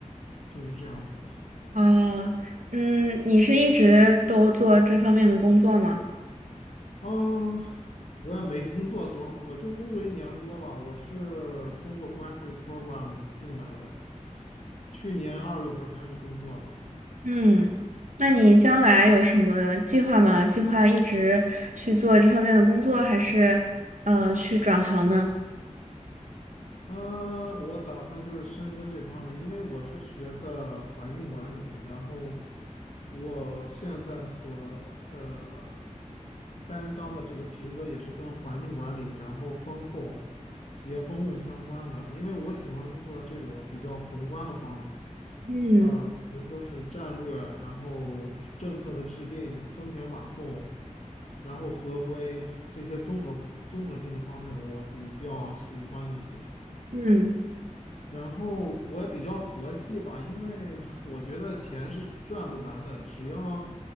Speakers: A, on the left; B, on the right.
A: 就是这样子的。
B: 啊，嗯，你是一直都做这方面的工作吗？
A: 嗯，我也没工作多，我就工作一年多吧。我是通过 graduate program 进来的，去年二月份开始工作的。
B: 嗯，那你将来有什么计划吗？计划一直去做这方面的工作，还是呃去转行呢？
A: 呃，我打算就是深耕这方面，因为我是学的环境管理，然后我现在所呃担当的这个职责也是跟环境管理，然后风控、企业风控相关的，因为我喜欢做这种比较宏观的方面，
B: 嗯。
A: 呃，比如说是战略，然后政策的制定、风险把控，然后合规这些综合综合性的方面，我比较喜欢一些。
B: 嗯
A: 然后我也比较佛系吧，因为 <laughs> 我觉得钱是赚不完的，只要